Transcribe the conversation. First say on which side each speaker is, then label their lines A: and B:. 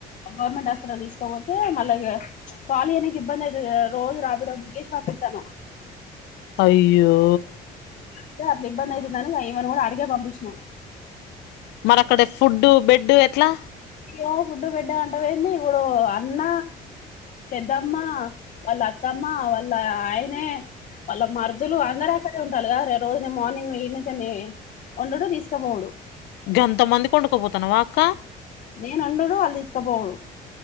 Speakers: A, on the left (about 50°); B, on the left (about 85°).
A: గవర్నమెంట్ హాస్పిటల్ తీసుకోపోతే మల్ అట్లాగే పాలియడానికి ఇబ్బంది అయితది కదా రోజు రాపిడో బుక్ చేసి పంపిస్తున్నాం
B: అయ్యో
A: అయితే అట్లా ఇబ్బంది అవుతుందని ఈమెను కూడా ఆడికే పంపించినం
B: మరి అక్కడ ఫుడ్డు బెడ్డు ఎట్లా
A: ఇప్పుడు ఫుడ్డు బెడ్డు అంటావేంది ఇప్పుడు అన్న పెద్దమ్మ వాళ్ళ అత్తమ్మ వాళ్ళ ఆయనే వాళ్ళ మరదలు అందరూ అక్కడే ఉంటున్నారు కాదురా రోజు మార్నింగ్ లేవనికనే వండుడు తీసుకుపోవుడు
B: గంత మందికి కొండుకోపోతున్నా వా అక్క
A: నేను వండుడు వాళ్ళు తీసుకపోవుడు